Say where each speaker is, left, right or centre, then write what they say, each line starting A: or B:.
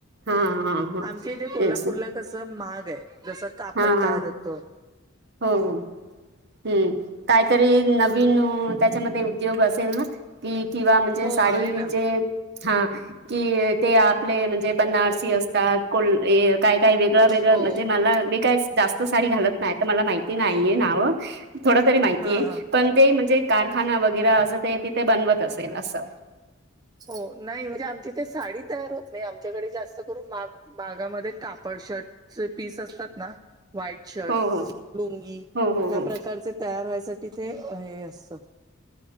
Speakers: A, on the right (about 55°); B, on the right (about 20°).
A: हा हा हा
B: आमच्या इथे कोल्हांपूरला
A: तेच
B: कसं मागं आहे जसं तापडं
A: हा
B: तयार
A: हा
B: होतो
A: हो हम्मं कांहींतरी नवीन त्यांच्यामध्ये उद्योग असेल नां कि किंवा म्हणजे
B: हो
A: सांडी
B: आहे ना
A: जे हां कि ते आपले म्हणजे बनारसी असतांत को कायं कायं वेगळं वेगळं
B: हो.
A: म्हणजे मलां मी कायं जास्तं सांडी घालतं नाहीं तरं मलां माहिती नाहींये नावं थोडं तरी माहितीय
B: हा हा
A: पणं ते म्हणजे कारखांना वगैरें असं ते तिथे बनवंत असेल असं
B: हो नाहीं म्हणजे आमची ते सांडी तयार होतं नाहीं आमच्यांकडे जास्तं करूंन मागं बागांमध्ये कापडं शर्टचे पीस असतांत नां व्हाईट शर्ट
A: हो हो
B: लोंगी
A: हो हो
B: ह्यां प्रकारचे तयार व्हांयसाठी ते हे असतं